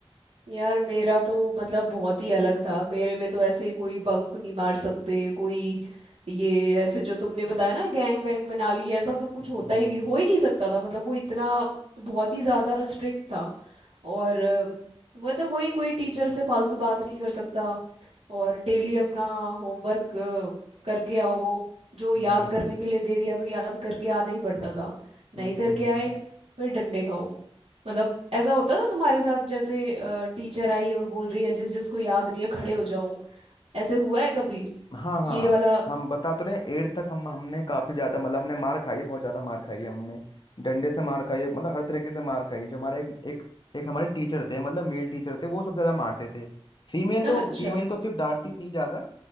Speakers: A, on the right; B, on the left.
A: यार मेरा तो मतलब बहुत ही अलग था मेरे में तो ऐसे कोई बंक नहीं मार सकते कोई ये ऐसे जो तुमने बताया ना गैंग वैंग बना ली ऐसा तो कुछ
B: हम्म
A: होता ही नहीं हो ही नहीं सकता था मतलब वो इतना बहुत ही ज्यादा स्ट्रिक्ट था और अ, मतलब वही कोई टीचर से फालतू बात नहीं कर सकता और डेली अपना होमवर्क करके आओ जो याद
B: हम्म
A: करने के लिए दे दिया तो याद करके आना ही पड़ता था नहीं
B: हम्म
A: करके
B: हम्म हम्म
A: आए फिर डंडे खाओ मतलब ऐसा होता था तुम्हारे साथ जैसे टीचर आई और बोल रही है जिस जिसको याद नहीं है खड़े हो जाओ ऐसे हुआ है कभी
B: हाँ हाँ
A: ये वाला <laughs>
B: हम बता तो रहे हैं, एट तक हम हमने काफी ज्यादा मतलब हमने मार खाई है बहुत ज्यादा मार खाई है हमने डंडे से मार खाई है मतलब हर तरीके से मार खाई है जो हमारे एक एक एक हमारे टीचर थे मतलब मेल टीचर थे वो सबसे ज्यादा मारते थे फीमेल
A: अच्छा
B: तो फीमेल तो सिर्फ डांटती थी ज्यादा